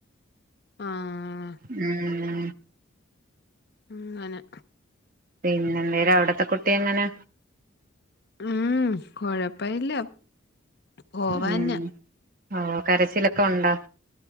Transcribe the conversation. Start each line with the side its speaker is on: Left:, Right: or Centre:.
Left: ആഹ്
Right: ഉം
Left: അങ്ങനെ
Right: പിന്നെ എന്തേര് അവിടത്തെ കുട്ടി എങ്ങനെ
Left: ഉം കൊഴപ്പ ഇല്ല പോവന്ന
Right: ഉം ഓ കരച്ചിലൊക്കെ ഉണ്ട